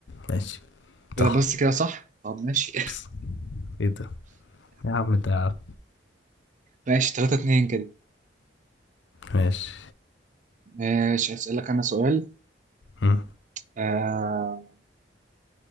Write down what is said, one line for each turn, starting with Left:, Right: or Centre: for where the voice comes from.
Left: ماشي
Right: كده
Left: صح
Right: بس كده صح طب ماشي <laughs>
Left: بس ايه ده يا عم ده
Right: ماشي 3 2 كده
Left: ماشي
Right: ماشي هسألك انا سؤال
Left: مم.
Right: آه